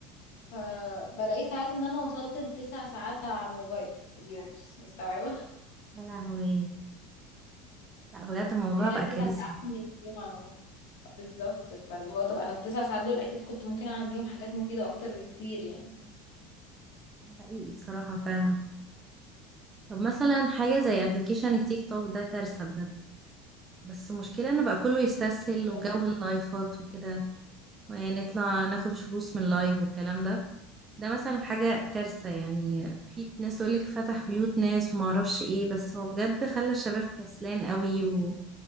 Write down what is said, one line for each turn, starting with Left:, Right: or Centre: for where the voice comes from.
Left: فبلاقي ساعات ان انا وصلت لتسع ساعات على الموبايل في اليوم بس- مستوعبة
Right: يا لهوي لا بجد الموضوع
Left: متخيلة
Right: بقى
Left: تسع
Right: كارثي
Left: ساعات من اليوم على الموبايل بالظبط فاللي هو طب انا التسع ساعات دول اكيد كنت ممكن اعمل بيهم حاجات مفيدة اكتر بكتير يعني
Right: ده حقيقي الصراحة فعلا طب مثلا حاجة زي ابلكيشن التيك توك ده كارثة بجد بس المشكلة ان بقى كله يستسهل وجو
Left: طب
Right: اللايفات وكده ونطلع ناخد فلوس من لايف والكلام ده ده مثلا حاجة كارثة يعني في ناس تقولك فتح بيوت ناس وما اعرفش ايه بس هو بجد خلى الشباب كسلان قوي و...